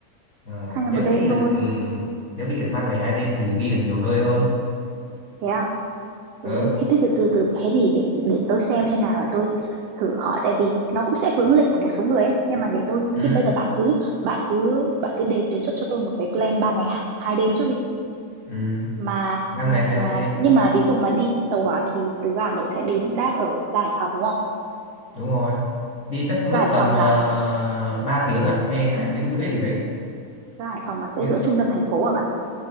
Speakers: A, on the left; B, on the right.
A: Ờ,
B: hai ngày
A: nếu
B: một đêm
A: đi
B: thôi.
A: được ừm, nếu đi được ba ngày hai đêm thì đi được nhiều nơi hơn
B: Thế à?
A: Ờ,
B: Thế, thế, thế từ từ từ bé thì để để tôi xem như nào để tôi thử hỏi tại vì nó cũng sẽ vướng lịch của một số người ấy. Nhưng mà để tôi
A: ừ,
B: thì bây giờ bạn cứ bạn cứ bạn cứ đề đề xuất cho tôi một cái plan ba ngày h- hai đêm trước đi.
A: ừ.
B: Mà
A: ba
B: mà
A: ngày hai đêm
B: nhưng mà ví dụ mà đi tàu hỏa thì từ ga Hà Nội sẽ đến đáp ở ga Hải Phòng đúng không?
A: đúng rồi đi chắc mất
B: Ga Hải
A: tầm
B: Phòng
A: uh,
B: là
A: 3 tiếng à hay hai tiếng rưỡi gì đấy
B: ga Hải Phòng mà sẽ
A: ví
B: giữa
A: dụ
B: trung tâm thành phố hả bạn?